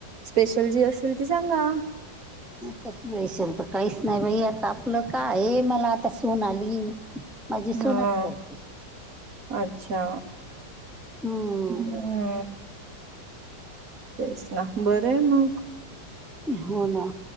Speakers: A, on the right; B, in the centre.
A: स्पेशल जी असेल ती सांगा
B: त मिशल तर काहीच नाही बाई आता आपलं का आहे मला आता सून आली माझी सूनच
A: हा
B: करते
A: अच्छा
B: हम्म
A: हम्म तेच ना बरं मग
B: हो ना